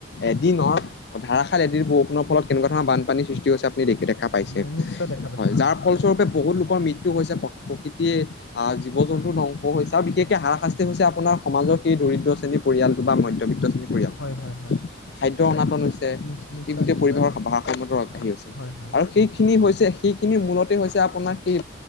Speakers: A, on the left; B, on the left.
A: এদিনৰ ধাৰাখাৰ এদিন বৰষুণৰ ফলত কেনেকোৱা ধৰণৰ বানপানীৰ সৃষ্টি হৈছে আপুনি দেখা পাইছে,
B: নি- নিশ্চয় দেখা পাইছোঁ
A: হয় যাৰ ফলস্বৰূপে বহুত লোকৰ মৃত্যু হৈছে, প্ৰ, প্ৰকৃতিয়ে অঁ জীৱ জন্তু ধ্বংস হৈছে, আৰু বিশেষকে হাৰাশাস্তি হৈছে আপোনাৰ সমাজৰ সেই দৰিদ্ৰ শ্ৰেণীৰ পৰিয়ালটো বা মধ্যবিত্ত শ্ৰেণীৰ পৰিয়ালটো।
B: হয় হয় হয়
A: খাদ্য অনাতন হৈছে,
B: নিশ্চ- নিশ্চয়
A: ই গোটেই
B: নিশ্চয়
A: পৰিবেশৰ গাঢ়িছে
B: হয় হয়
A: আৰু সেইখিনি হৈছে, সেইখিনি মূলতে হৈছে আপোনাৰ সেই